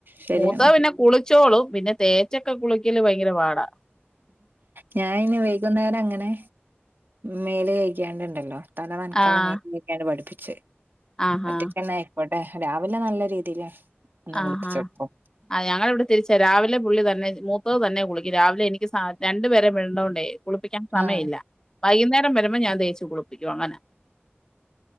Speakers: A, on the right; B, on the left.
A: ശരിയാണ്
B: മൂത്തത് പിന്നെ കുളിച്ചോളും പിന്നെ തേച്ചൊക്കെ കുളിക്കല് ഭയങ്കര പാടാ
A: ഞാന് അയിന് വയികുന്നേരം അങ്ങനെ മേല് കഴിക്യാണ്ടുണ്ടല്ലോ തല നനക്കാതെ
B: ആഹ്
A: മേൽ കെഴിക്യാണ്ട് പടിപ്പി ച്ച്
B: ആഹാ
A: ഒറ്റക്കെന്നെ അയിക്കോ രാവിലെ നല്ല രീതിയില് ഒന്ന്
B: ആഹ്
A: കുളിപ്പിച്ചൊടുക്കും
B: ആ യാ ഞങ്ങളിവിടെ തിരിച്ചാ രാവിലെ പുള്ളി തന്നെ മൂത്തത് തന്നെ കുളിക്കും രാവിലെ എനി ക്ക് സാ രണ്ടുപേരെ <unintelligible> ള്ളോണ്ടേ കുളിപ്പിക്കാൻ സമയവില്ല
A: ആഹ്
B: വൈകുന്നേരം വരുമ്പ ഞാൻ തേച്ച് കുളിപ്പിക്കും അങ്ങനാ